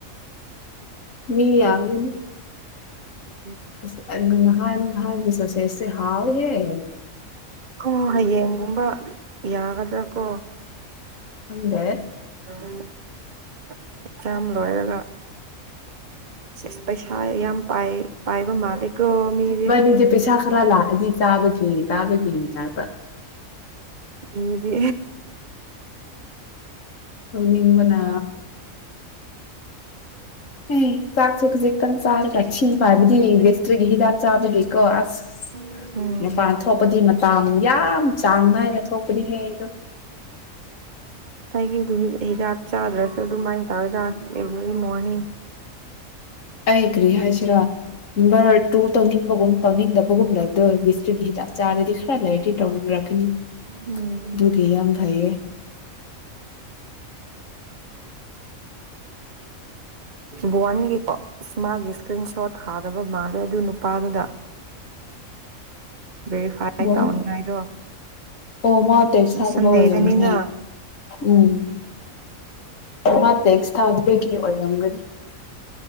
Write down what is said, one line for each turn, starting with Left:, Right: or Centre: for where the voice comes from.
Left: ꯃꯤ ꯌꯥꯕꯒꯅꯤ
Right: ꯎꯝ
Left: ꯑꯁ ꯅꯍꯥꯟ ꯅꯍꯁ ꯦꯁ ꯍꯥꯎꯥꯎ ꯍ
Right: ꯍ ꯍꯌꯦꯡꯒꯨꯝꯕ ꯌꯥꯒꯗ ꯀꯣ
Left: ꯈꯪꯗꯦ
Right: ꯑꯦꯛꯖꯥꯝ ꯂꯣꯏꯔꯒ ꯁꯤꯁ ꯄꯩꯁꯥ ꯌꯥꯝ ꯄꯥꯏ ꯄꯥꯏꯕ ꯃꯥꯜꯂꯦꯀꯣ ꯃꯤꯗꯤ
Left: ꯃꯥꯅꯤꯗꯤꯦ ꯄꯩꯁꯥ ꯈꯔ ꯂꯥꯛꯗꯤ ꯆꯥꯕꯒꯤ ꯇꯥꯕ ꯌꯥ
Right: ꯃꯤꯗꯤ
Left: ꯣ ꯅꯤꯡꯅ
Right: ꯑ
Left: ꯑꯦ ꯆꯥꯛ ꯆꯨꯛꯁ ꯆꯥꯔꯒꯛꯁꯤꯕ ꯍꯥꯏꯕꯗꯤ ꯕꯤꯁꯇ꯭ꯔꯤꯒꯤ ꯍꯤꯗꯥꯛ ꯆꯥꯕꯒꯤꯀꯣ ꯑꯁ
Right: ꯎꯝ
Left: ꯃꯄꯥꯟ ꯊꯣꯛꯄꯗꯤ ꯌꯥꯝ ꯌꯥꯝ ꯆꯥꯡ ꯅꯥꯏꯅ ꯊꯣꯛꯄꯅꯦꯍꯦ ꯑꯩꯗꯣ
Right: ꯑꯩꯒꯤꯗꯤ ꯍꯤꯗꯥꯛ ꯆꯥꯗ꯭ꯔꯁꯨ ꯑꯗꯨꯃꯥꯏꯅ ꯇꯧꯋꯦꯗ ꯏ ꯑꯅꯤ
Left: ꯑꯩ ꯀ꯭ꯔꯤ ꯍꯥꯏꯁꯤꯔꯥ ꯅꯝꯕꯔ ꯇ ꯇꯧꯅꯤꯡꯕꯒꯨꯝ ꯇꯧꯅꯤꯡꯗꯕꯒꯨꯝ ꯂꯩꯕꯗꯣ ꯂꯤꯁꯇ꯭ꯔꯤꯒꯤ ꯍꯤꯗꯥꯛ ꯆꯥꯔꯗꯤ ꯈꯔ ꯂꯩꯔꯗꯤ ꯇꯧꯅꯤꯡꯔꯛꯀꯅꯤ
Right: ꯎꯝ
Left: ꯑꯗꯨꯒꯤ ꯌꯥꯝ ꯐꯩꯌꯦ
Right: ꯎ ꯑꯣ ꯋꯥꯟꯒꯤ ꯎꯁꯃꯥꯒꯤ ꯏꯁꯄ꯭ꯔꯤꯟ ꯁꯣꯠ ꯊꯥꯗꯕ ꯃꯥꯜꯂꯦ ꯑꯗꯨ ꯅꯨꯄꯥꯗꯨꯗ ꯚꯦꯔꯤꯐꯥꯏ
Left: ꯕꯣꯟ
Right: ꯇꯧꯅꯤꯡꯉꯥꯏꯗꯣ
Left: ꯑꯣ ꯃꯥ ꯇꯦꯛꯁ ꯊꯥꯗꯕ
Right: ꯁꯟꯗꯦꯗꯅꯤꯅ
Left: ꯑꯣꯏꯔꯝꯅꯦ ꯎꯝ ꯃꯥ ꯇꯦꯛꯁ ꯊꯥꯕꯒꯤ ꯑꯣꯏꯔꯝꯒꯅꯤ <unintelligible>